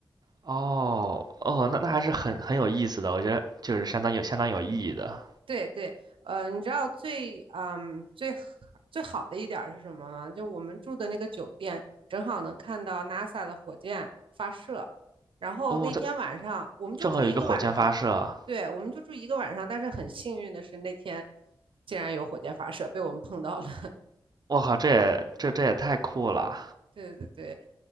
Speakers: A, on the right; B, on the right.
A: 哦哦，那那还是很很有意思的，我觉得就是相当有相当有意义的。
B: 对对，呃，你知道最嗯最好最好的一点儿是什么吗？就我们住的那个酒店，正好能看到 NASA 的火箭发射，然后那天晚上我们就住一个晚上，
A: 哦，它正好有一个火箭发射，
B: 对，我们就住一个晚上，但是很幸运的是那天竟然有火箭发射，被我们碰到了。<laughs>
A: 我靠，这也这这也太酷了。
B: 对对对。